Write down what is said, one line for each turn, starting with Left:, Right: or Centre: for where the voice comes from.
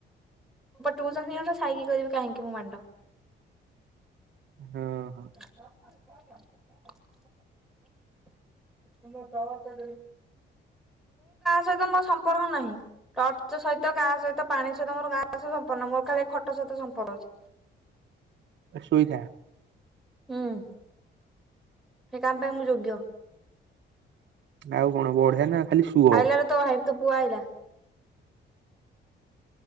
Centre: ଟୁଇସନ୍ ସାଇକି କହୁବି କାହିଁକି ମୋ! !!!!!!
Right: ହଁ ହଁ।
Centre: <inaudible> <unintelligible> ମୁଁ କାହା ସହିତ ମୋ ସମ୍ପର୍କ ନାହିଁ ଟର୍ଚ୍ଚ ସହି ତ କାହା ସହିତ ପାଣି ସହିତ ମୋର କାହା ସହିତ ସମ୍ପର୍କ ନାହିଁ ମୋର ଖାଲି ଏ ଖଟ ସହିତ ସମ୍ପର୍କ ଅଛି।
Right: ଶୋଇଥା
Centre: ହୁଁ। ସେଇ କାମ ପାଇଁ ମୁଁ ଯୋଗ୍ୟ।
Right: ଆଉ କଣ ବଢିଆ ନା। ଖାଲି ଶୁଅ ହୁଁ
Centre: ଆଇଲାରେ ତ ଭାଇ ତ ପୁଅ ଆଇଲା।